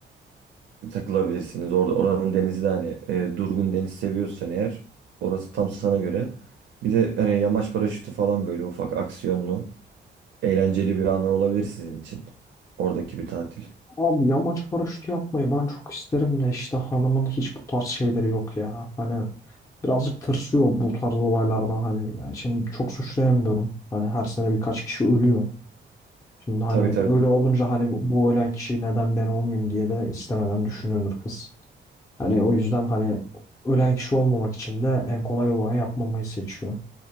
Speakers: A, on the right; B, on the left.
A: takılabilirsiniz. Orada oranın denizi de hani e, durgun deniz seviyorsan eğer orası tam sana göre. Bir de hani yamaç paraşütü falan böyle ufak aksiyonlu, eğlenceli bir anı olabilir sizin için. Oradaki bir tatil.
B: Abi yamaç paraşütü yapmayı ben çok isterim de işte hanımın hiç bu tarz şeyleri yok ya. Hani birazcık tırsıyor bu tarz olaylarda hani yani şimdi çok suçlayamıyorum. Hani her sene birkaç kişi ölüyor. Şimdi hani
A: Tabii tabii.
B: öyle olunca hani bu ölen kişi neden ben olmayayım diye de istemeden düşünüyordur kız. Hani o yüzden hani ölen kişi olmamak için de en kolay olanı yapmamayı seçiyor.